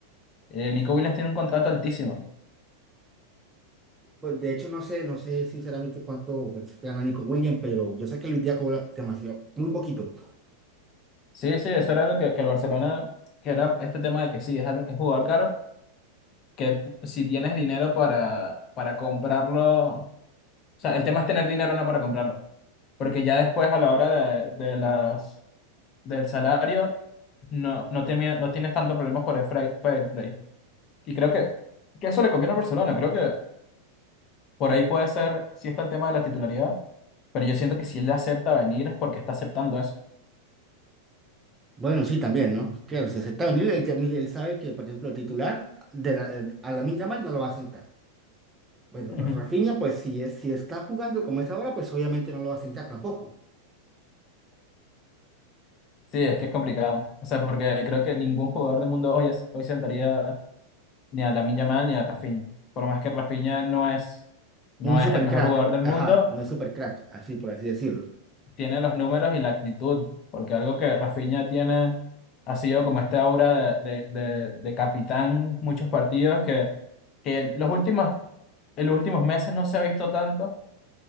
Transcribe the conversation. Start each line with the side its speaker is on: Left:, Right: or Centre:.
Left: Eh, Nico Williams tiene un contrato altísimo.
Right: Pues, de hecho, no sé, no sé sinceramente cuánto pues, gana Nico Williams, pero yo sé que Luis Díaz cobra demasiado, muy poquito.
Left: Sí, sí, eso era lo que, que el Barcelona, que era este tema de que sí, es, al- es jugador caro, que p- si tienes dinero para, para comprarlo, o sea, el tema es tener dinero no para comprarlo, porque ya después a la hora de, de las, del salario no, no, temi- no tienes tanto problemas por el fra- fair play. Y creo que, que eso le conviene al Barcelona, creo que por ahí puede ser, si está el tema de la titularidad Pero yo siento que si él acepta venir es porque está aceptando eso.
Right: Bueno, sí, también, ¿no? Claro, si acepta está venir, él, él sabe que, por ejemplo, el titular de la- el- a la Yamal no lo va a sentar. Bueno,
Left: Ujú.
Right: Rafinha, pues si, es, si está jugando como es ahora, pues obviamente no lo va a sentar tampoco.
Left: Sí, es que es complicado. O sea, porque creo que ningún jugador del mundo hoy, es- hoy sentaría ni a Lamine Yamal ni a Rafinha. Por más que Rafinha no es, no
Right: Un super
Left: es el mejor
Right: crack,
Left: jugador del mundo,
Right: ajá, no es super crack, así por así decirlo.
Left: tiene los números y la actitud. Porque algo que Rafinha tiene ha sido como esta aura de, de, de, de capitán muchos partidos que, que los últimos, en los últimos meses no se ha visto tanto,